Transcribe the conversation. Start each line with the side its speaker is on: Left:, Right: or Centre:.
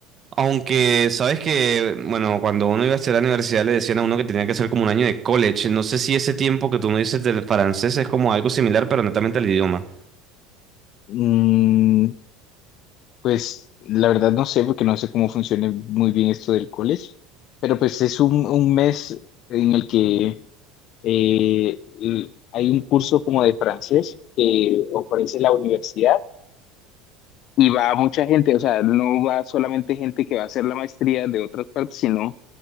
Right: aunque sabes que, bueno, cuando uno iba a hacer la universidad le decían a uno que tenía que hacer como un año de college. No sé si ese tiempo que tú me dices del francés es como algo similar, pero netamente al idioma.
Left: Mm, pues la verdad no sé, porque no sé cómo funciona muy bien esto del college, pero pues es un, un mes en el que eh, l- hay un curso como de francés que ofrece la universidad y va mucha gente, o sea, no va solamente gente que va a hacer la maestría de otras partes, sino